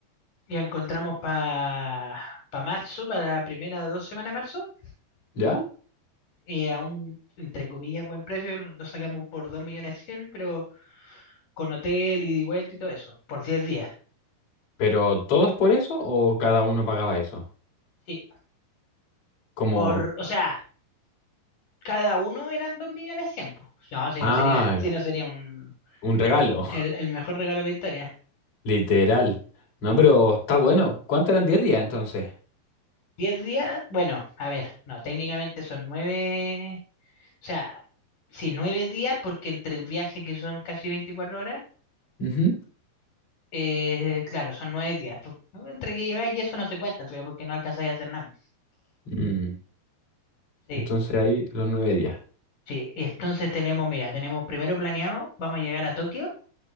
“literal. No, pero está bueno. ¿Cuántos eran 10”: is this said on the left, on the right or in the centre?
Left